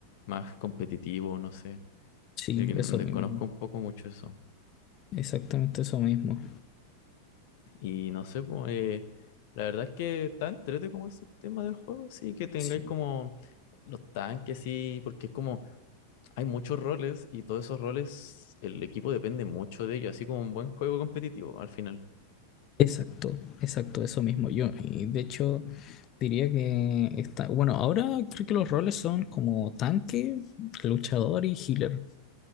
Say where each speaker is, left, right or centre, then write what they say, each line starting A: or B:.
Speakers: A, on the left; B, on the left.
A: más competitivo, no sé,
B: Sí,
A: de que desconozco
B: eso mismo.
A: un poco mucho eso.
B: Exactamente eso mismo.
A: Y no sé, pues, eh, la verdad es que está entrete como el sistema del juego, así que tengáis
B: Sí,
A: como los tanques, sí, porque es como hay muchos roles y todos esos roles, el equipo depende mucho de ellos, así como un buen juego competitivo al final.
B: Exacto, exacto, eso mismo. Yo, y de hecho, diría que está. Bueno, ahora creo que los roles son como tanque, luchador y healer.